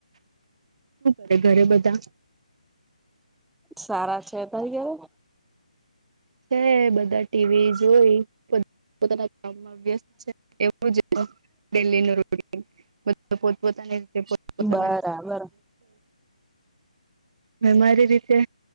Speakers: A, on the right (about 50°); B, in the centre.
A: કરે ઘરે બધા
B: સારા છે તયાર
A: હ બધા ટીવી જોઈ પોતાના કામમાં વ્યસ્ત છે એવું દેહી ન રોડ બધ પોતપોતાની રીતે પોતપતાના
B: બરાબર
A: હ મારી રીતે